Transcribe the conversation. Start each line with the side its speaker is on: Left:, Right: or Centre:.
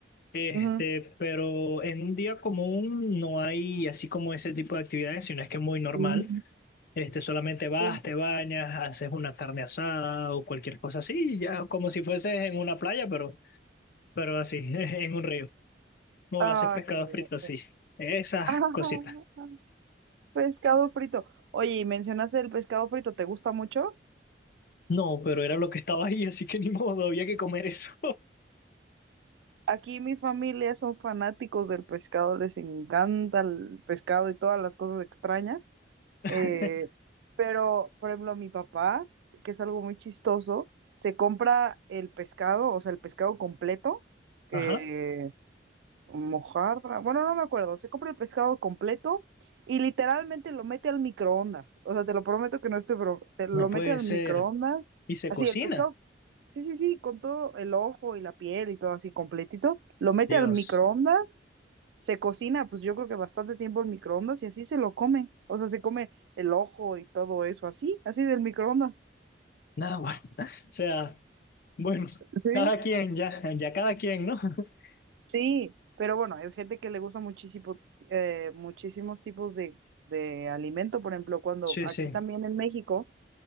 Left: Este,
Right: ujú.
Left: pero en un día común no hay así como ese tipo de actividades, sino es que es muy normal.
Right: Mm.
Left: Este, solamente vas,
Right: Sí.
Left: te bañas, haces una carne asada o cualquier cosa así, ya como si fueses en una playa, pero, pero así, <laughs> en un río. No,
Right: Ah,
Left: hace pescado
Right: sí. eh,
Left: frito, sí.
Right: eh.
Left: Esas
Right: <laughs>
Left: cositas.
Right: Pescado frito. Oye, y mencionaste el pescado frito, ¿te gusta mucho?
Left: No, pero era lo que estaba ahí, así que ni modo, había que comer eso.
Right: Aquí mi familia son fanáticos del pescado, les encanta el pescado y todas las cosas extrañas.
Left: <laughs>
Right: Eh, pero, por ejemplo, mi papá, que es algo muy chistoso, se compra el pescado, o sea, el pescado completo, que
Left: Ajá,
Right: mojarra, bueno, no me acuerdo, se compra el pescado completo y literalmente lo mete al microondas. O sea, te lo prometo que no estoy, bro- te lo
Left: no puede
Right: mete al
Left: ser.
Right: microondas.
Left: Y se
Right: Así,
Left: cocina.
Right: el pescado, sí, sí, sí, con todo el ojo y la piel y todo así completito, lo mete
Left: Dios.
Right: al microondas se cocina, pues yo creo que bastante tiempo en microondas y así se lo come. O sea, se come el ojo y todo eso, así, así del microondas.
Left: Nada, bueno. <laughs> O sea, bueno,
Right: Sí.
Left: cada quien, ya, ya cada quien, ¿no? <laughs>
Right: Sí, pero bueno, hay gente que le gusta muchísimo, eh, muchísimos tipos de, de alimento, por ejemplo, cuando
Left: Sí,
Right: aquí
Left: sí.
Right: también en México,